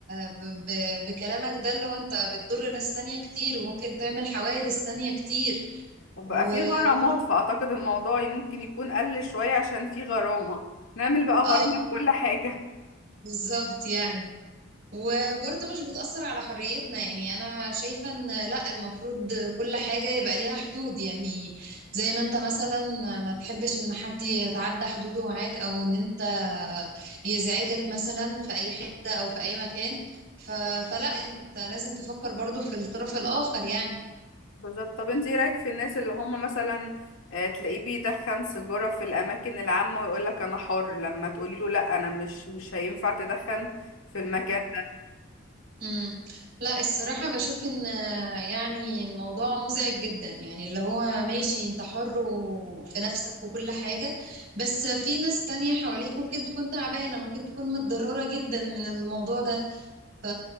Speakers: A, on the right (about 50°); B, on the left (about 75°).
A: ب- ب- بكلامك ده اللي هو أنت بتضر ناس تانية كتير وممكن تعمل حوادث تانية كتير
B: وبقى
A: و-
B: في غرامات
A: وممكن
B: فأعتقد الموضوع ممكن يكون قل شوية عشان في غرامة نعمل بقى غرامة
A: اه
B: لكل حاجة
A: بالظبط يعني وبرضه مش بتأثر على حريتنا يعني أنا شايفة إن لأ المفروض كل حاجة يبقى ليها حدود يعني زي ما أنت مثلا ما تحبش إن حد يتعدى حدوده معاك أو إن أنت يزعجك مثلا في أي حتة أو في أي مكان ف... فلأ أنت لازم تفكر برضه في الطرف الآخر يعني
B: بالظبط طب انت ايه رايك في الناس اللي هم مثلا آه، تلاقيه بيدخن سيجاره في الاماكن العامه ويقول لك انا حر لما تقولي له لا انا مش مش هينفع تدخن في المكان
A: مم. لا الصراحة بشوف ان آه، يعني الموضوع مزعج جدا يعني اللي هو ماشي انت حر و- في نفسك وكل حاجة بس في ناس تانية حواليك ممكن تكون تعبانة ممكن تكون متضررة جدا من الموضوع ده ف